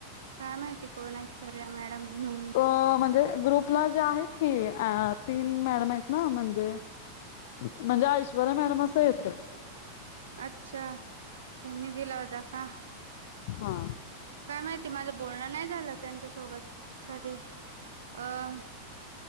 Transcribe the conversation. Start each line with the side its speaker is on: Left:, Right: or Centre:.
Right: काय माहिती? कोण ऐश्वर्या मॅडम मी
Left: अ म्हणजे? ग्रुपला जे आहेत की तीन मॅडम आहेत ना म्हणजे म्हणजे ऐश्वर्या मॅडम असं येत.
Right: अच्छा. त्यांनी दिला होता का?
Left: हा <unintelligible>
Right: काय माहिती माझं बोलणं नाही झालं त्यांच्यासोबत कधी अं